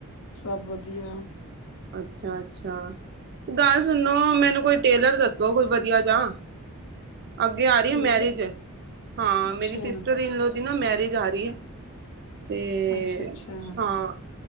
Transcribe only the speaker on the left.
ਸਭ ਵਧੀਆ
ਠੀਕ
ਨੇ।
ਅੱਛਾ,
ਅੱਛਾ-ਅੱਛਾ,